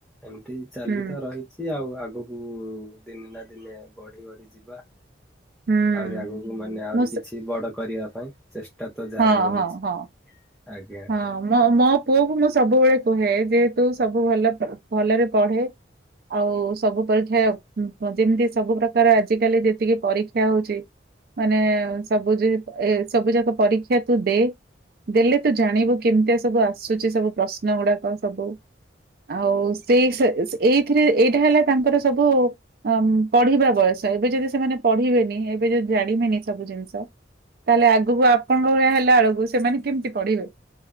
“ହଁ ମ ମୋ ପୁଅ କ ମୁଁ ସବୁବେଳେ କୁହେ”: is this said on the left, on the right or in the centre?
Right